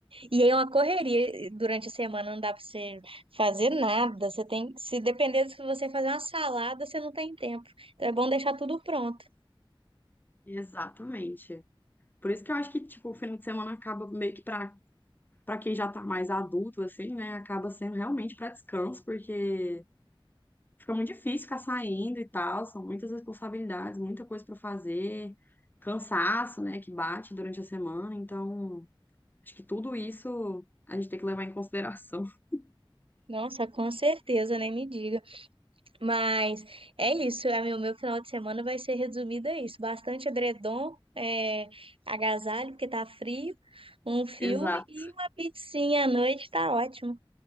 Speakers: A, on the right; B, on the left.
A: E aí é uma correria. Durante a semana não dá pra você fazer nada. Você tem, se depender do que você fazer uma salada, você não tem tempo. Então é bom deixar tudo pronto.
B: exatamente. Por isso que eu acho que, tipo, o final de semana acaba meio que pra para quem já tá mais adulto, assim, né, acaba sendo realmente para descanso, porque fica muito difícil ficar saindo e tal, são muitas responsabilidades, muita coisa para fazer, cansaço, né, que bate durante a semana, então acho que tudo isso a gente tem que levar em consideração. <laughs>
A: Nossa, com certeza, nem me diga. Mas é isso. é, meu, meu final de semana vai ser resumido a isso. Bastante edredom, é, agasalho, porque tá frio, um filme
B: Exato.
A: e uma pizzinha à noite, tá ótimo.